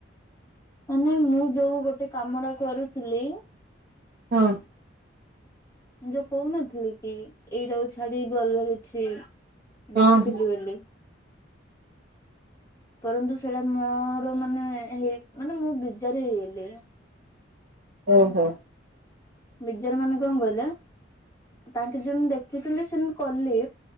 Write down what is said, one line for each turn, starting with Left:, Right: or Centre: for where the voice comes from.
Left: ମାନେ ମୁଁ ଯୋଉ ଗୋଟେ କାମଡା କରୁଥିଲି।
Right: ହଁ।
Left: ମୁଁ ଯୋଉ କହୁନଥିଲି କି ଏଇଟାକୁ ଛାଡି ଗଲଗୁଛି। ଦେଖିଥିଲି
Right: ହଁ ହଁ
Left: ବୋଲି। ପରନ୍ତୁ ସେଇଟା ମୋର ମାନେ ହେଇ ମାନେ ମୁଁ ବିଜାର ହେଇଗଲି।
Right: ଓହୋ।
Left: ବିଜାର ମାନେ କଁ କହିଲେ ତାଙ୍କେ ଯେମତି ଦେଖିଥିଲେ ସେମିତ୍। କଲେ